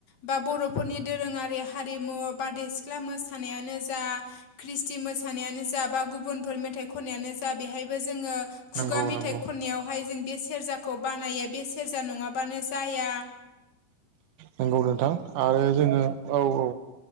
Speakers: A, on the left; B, on the right.
A: बा बर'फोरनि दोरोङारि हारिमु बारदै सिख्ला मोसानायानो जा ख्रिस्टि मोसानायानो जा बा गुबुनफोर मेथाइ खननायानो जा बेहायबो जोङो खुगा
B: नंगौ
A: मेथाइ
B: नंगौ
A: खननायावहाय जों बे सेरजाखौ बानायो बे सेरजा नङाबानो जाया
B: नंगौ नोंथां आरो जोङो औ औ